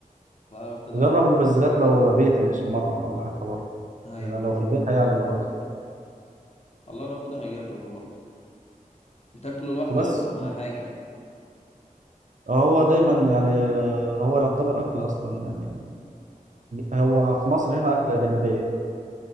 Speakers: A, on the left; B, on the right.
A: فلو كده
B: جربه بالذات
A: مرة أجرب
B: لو بيتي مش في مطعم ولا حتى بره
A: أيوه
B: يعني لو في البيت هيعجبك اكتر
A: والله لو كده هجربه برضه بتاكله لوحده
B: وبس
A: ولا مع حاجة
B: هو دايما يعني آه، هو يعتبر اكل اصلا يعني هو في مصر هنا اكله جانبيه